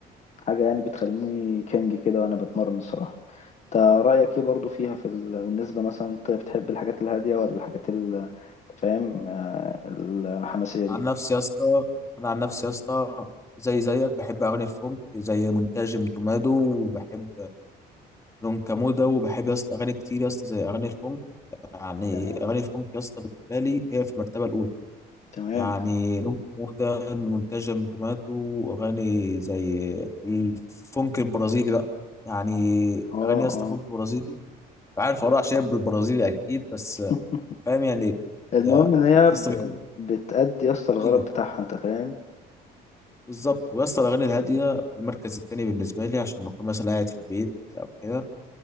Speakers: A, on the left (about 40°); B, on the left (about 20°).
A: حاجة يعني بتخليني كينج كده وأنا بتمرن الصراحة أنت رأيك إيه برضو فيها في ال... بالنسبة مثلا أنت بتحب الحاجات الهادية ولا الحاجات ال... أنت فاهم آه، الحماسية دي
B: عن نفسي يا اسطى انا عن نفسي يا اسطى زي زيك بحب اغاني الفونك زي منتجم تومادو وبحب لون ده وبحب يا اسطى اغاني كتير يا اسطى زي اغاني الفونك يعني
A: تمام
B: اغاني الفونك يا اسطى بالنسبه لي هي في المرتبه الاولى
A: تمام
B: يعني لون كمودة منتجم تومادو اغاني زي الفونك البرازيلي بقى يعني
A: اه
B: اغاني يا اسطى
A: اه
B: فونك برازيلي عارف اراء شاب بالبرازيلي اكيد بس
A: <laughs>
B: فاهم يعني
A: المهم
B: يا
A: إن هي
B: يا
A: ب...
B: اسطى بيكون
A: بتأدي يا اسطى الغرض
B: ايوه
A: بتاعها أنت فاهم
B: بالظبط ويا اسطى الاغاني الهاديه في المركز الثاني بالنسبه لي عشان بكون مثلا قاعد في البيت او كده